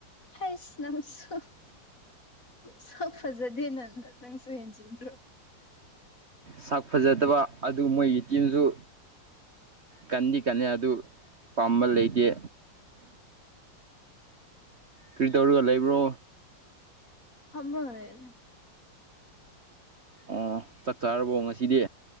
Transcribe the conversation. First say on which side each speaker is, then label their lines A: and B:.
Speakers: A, on the left (about 45°); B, on the right (about 40°).
A: ꯍꯁ ꯅꯪꯁꯨ ꯁꯣ ꯐꯖꯗꯦ ꯅꯪ ꯠꯇꯁꯨꯦꯟꯖ꯭ꯔꯣ
B: ꯁꯛ ꯐꯖꯗꯕ ꯑꯗꯨ ꯃꯣꯏꯒꯤ ꯇꯤꯝꯁꯨ ꯀꯟꯗꯤ ꯀꯟꯅ ꯑꯗꯨ ꯄꯥꯝꯕ ꯂꯩꯇꯦ ꯀꯔꯤ ꯇꯧꯔꯒ ꯂꯩꯕ꯭ꯔꯣ
A: ꯐꯅ ꯂꯩꯅꯦ
B: ꯑꯣ ꯆꯥꯛ ꯆꯥꯔꯕꯣ ꯉꯁꯤꯗꯤ